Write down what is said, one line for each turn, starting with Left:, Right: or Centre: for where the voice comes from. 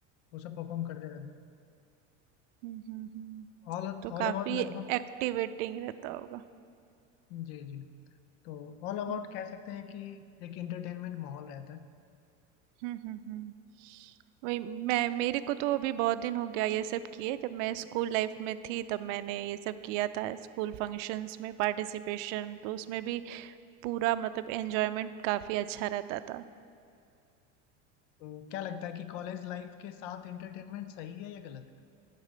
Left: वो सब परफॉर्म करते रहते हैं
Right: हम्म हम्म। हम्म,
Left: ऑल
Right: तो
Left: ऑल
Right: काफी
Left: अबाउट लगभग
Right: एक्टिवेटिंग रहता होगा
Left: जी जी तो ऑल अबाउट
Right: हम्म
Left: कह सकते हैं कि एक इंटरटेनमेंट माहौल रहता है
Right: हम्म हम्म हम्म। वही मैं मेरे को तो अभी बहुत दिन हो गया ये सब किए जब मैं स्कूल लाइफ में थी तब मैंने ये सब किया था स्कूल फंक्शंस में पार्टिसिपेशन तो उसमें भी पूरा मतलब एन्जॉयमेंट काफ़ी अच्छा रहता था।
Left: तो क्या लगता है कि कॉलेज लाइफ के साथ इंटरटेनमेंट सही है या गलत